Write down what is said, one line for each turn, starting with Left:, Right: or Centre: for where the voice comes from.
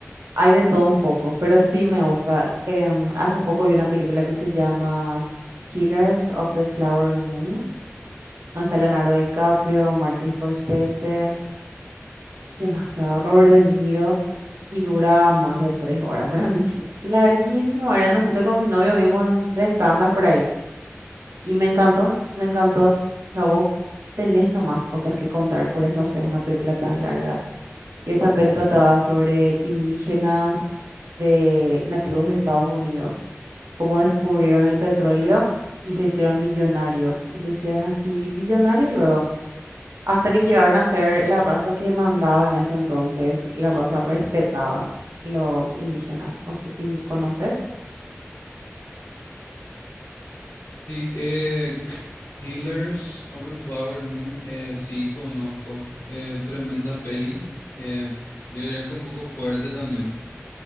Right: Hay de todo un poco, pero sí me gusta. Em, hace poco vi una película que se llama Killers of the Flower Moon, donde está Leonardo DiCaprio, Martin Scorsese, ¿quién más estaba? Robert De Niro, y dura más de tres horas. <laughs> Para mí que larguísimo era. Nosotros con mi novio vimos en tres tandas por ahí. Y me encantó, me encantó. O sea, vos tenés nomás cosas que contar, por eso haces una película tan larga. Y esa peli trataba sobre indígenas de nativos de Estados Unidos, cómo descubrieron el petróleo y se hicieron millonarios. Y se hicieron así billonarios luego, hasta que llegaron a ser la raza que mandaba en ese entonces, la raza respetaba los indígenas. No sé si conoces.
Left: Y eh, Killers of the Flower Moon, eh, sí conozco. Eh, tremenda peli. eh, yo diría que un poco fuerte también.